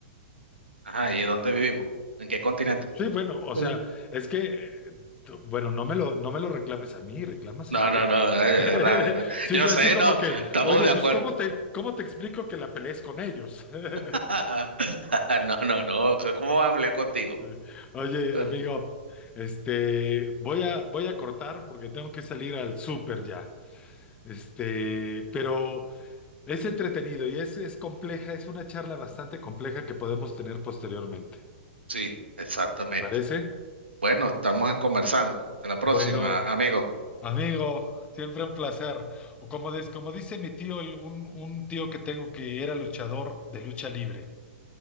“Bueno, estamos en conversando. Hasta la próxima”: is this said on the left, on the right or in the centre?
Right